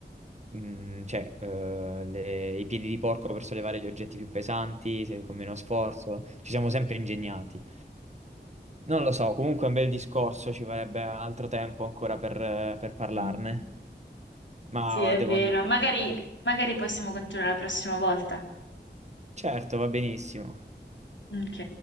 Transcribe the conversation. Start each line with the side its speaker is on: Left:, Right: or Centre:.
Right: mm, cioè eh, le- i piedi di porco per sollevare gli oggetti più pesanti se- con meno sforzo, ci siamo sempre ingegnati. Non lo so, comunque è un bel discorso, ci vorrebbe altro tempo ancora per, per parlarne,
Left: mm,
Right: ma
Left: sì, è
Right: devo
Left: vero.
Right: andare.
Left: Magari, magari possiamo continuare la prossima volta.
Right: Certo, va benissimo.
Left: Ok.